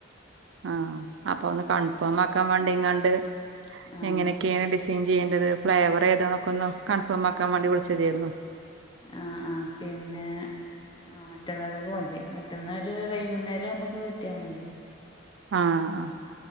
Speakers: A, on the right; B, on the left.
A: ആഹ് അപ്പോ ഒന്ന് കൺഫോമാക്കാൻ വേണ്ടിങ്ങാണ്ട്
B: ആഹ്
A: എങ്ങനെക്കെയാണ് ഡിസൈ ൻ ചെയ്യേണ്ടത് ഫ്ലേവറ് ഏതാന്നൊക്കൊന്ന് കൺഫോമാക്കാൻ വേണ്ടി വിളിച്ചതേരുന്നു
B: ആഹ് ആഹ് പിന്നെ ആഹ് മറ്റന്നാക്കേക്ക് മതി മറ്റന്നാ ഒരു വൈകുന്നേരാവുമ്പോക്ക് കിട്ടിയാ മതിയാ
A: ആഹ്